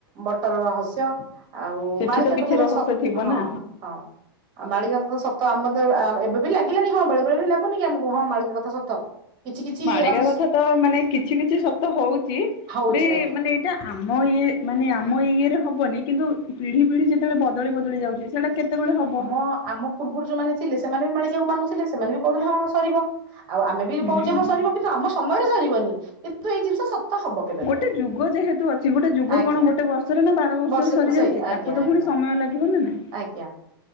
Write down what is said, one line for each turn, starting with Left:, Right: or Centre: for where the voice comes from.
Right: ବଟର ରହସ୍ୟ? ଆଉ
Left: ସେଠି
Right: ମାଳିକା
Left: କିଛି
Right: କଥା ତ
Left: ରହସ୍ୟ
Right: ସତ।
Left: ଥିବ
Right: ହଁ,
Left: ନା
Right: ହଁ ଆଉ ମାଳିକା କଥା ତ ସତ। ଆମର ଏବେ ବି ଲାଗିଲାଣି ହଁ, ବେଳେ ବେଳେ ବି ଲାଗୁନି କି ଆମକୁ ହଁ ମାଳିକା କଥା ସତ। କିଛି କିଛି
Left: ମାଳିକା
Right: ଅଂଶ
Left: କଥା ତ ମାନେ କିଛି କିଛି ସତ ହଉଚି।
Right: ହଉଛି
Left: ବି
Right: ଆଜ୍ଞା
Left: ମାନେ ଟା ଆମ ଇଏ ମାନେ ଆମ ଇଏରେ ହବନି, କିନ୍ତୁ ପିଢି ପିଢି ଯେତେବେଳେ ବଦଳି ବଦଳି ଯାଉଛି। ସେଇଟା କେତେବେଳେ ହବ?
Right: ହଁ ଆମକୁ ପୂର୍ବରୁ ଯୋଉମାନେ ଥିଲେ ସେମାନେ ବି ମାଳିକା କୁ ମାନୁଥିଲେ, ସେମାନେ ବି କହୁଥିଲେ ହଁ ସରିବ। ଆଉ ଆମେ ବି
Left: ହୁଁ।
Right: କହୁଛେ ହଁ ସରିବ। କିନ୍ତୁ ଆମ ସମୟରେ ସରିବନି। କିନ୍ତୁ ଏଇ ଜିନିଷ ହବ କେବେ
Left: ଗୋଟେ
Right: ନା କେବେ।
Left: ଯୁଗ ଯେହେତୁ ଅଛି। ଗୋଟେ ଯୁଗ
Right: ଆଜ୍ଞା
Left: କଣ ଗୋଟେ ବର୍ଷରେ ନା ବାର ବର୍ଷରେ
Right: ବର୍ଷକୁ
Left: ସରିଯାଉଛି।
Right: ସେଇ ଆଜ୍ଞା
Left: ତାକୁ ତ
Right: ଆଜ୍ଞା
Left: ପୁଣି ସମୟ ଲାଗିବ ନା ନାହିଁ।
Right: ଆଜ୍ଞା।